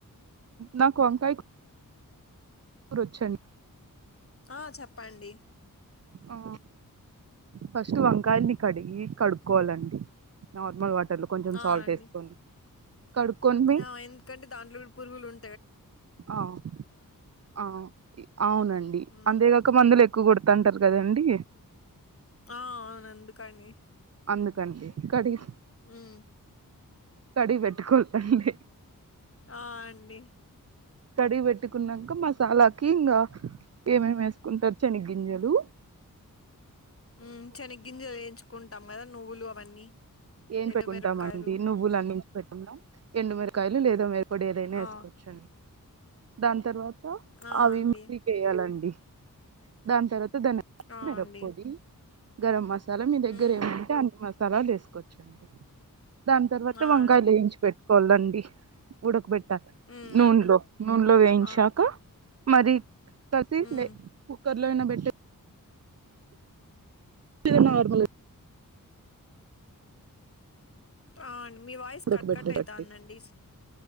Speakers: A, on the right; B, on the left.
A: నాకు వంకాయ కూర రొచ్చండి
B: ఆ చెప్పండీ
A: ఆ ఫస్ట్ వంకాయల్ ని కడిగి కడుక్కోవాలండి నార్మల్ వాట్ టర్లో కొంచెం
B: ఆ
A: సాల్ట్
B: అండి
A: వేసుకొని కడుకుని
B: ఆ ఎందుకంటే దాంట్లో కూడా పురుగులుం
A: ఆఆ అవునండి
B: మ్మ్
A: అంతేగా ఒక్క మందులెక్కువ కొడుతుంటారు కదండి
B: ఆ అ నందుకని
A: అందుకండి కడిగి
B: ఉమ్
A: కడిగి పెట్టుకోదండి
B: ఆ అండి
A: కడిగి పెట్టుకున్నాక మసాలాకి ఇంగా ఏమేం వేసుకుంటారు శనిగ్ గింజలు
B: ఉమ్ చెనిగింజలు వేయించుకుంటాం కదా నువ్వులు అవన్నీ
A: ఏం
B: ఎండుమిరపకాయలు
A: పెట్టుకుంటాం అండి నువ్వులు అన్నించి పెట్టుకుంటా ఎండుమిరకాయలు లేదో మిర పొడి ఏదైనా
B: ఆ
A: వేసుకోవచ్చండి దాని తర్వాత
B: ఆ
A: అవి
B: అండి
A: మరి వేయాలండి దాని తర్వాత దాని
B: ఆ
A: <unintelligible>
B: అండి
A: గరం మసాలా మసాలా మీ దగ్గర
B: మ్మ్
A: ఏముంటే అన్ని మసాల వేసుకోవచ్చండి దాని తర్వాత
B: ఆ
A: వంకాయలు
B: అండి
A: వేయించి పెట్టు కోలండి ఉడకబెట్టాలి
B: మ్మ్
A: నూనెలో
B: అండి
A: నూనెలో వేయించాక
B: ఆ
A: మరి కసి
B: మ్మ్
A: లే కుక్కర్ లో అయినా పెట్టే లే నార్మల్ గా
B: అ మీ వాయిస్
A: ఉడకబెట్ట
B: కట్ కట్ అయితండెంది
A: బట్టి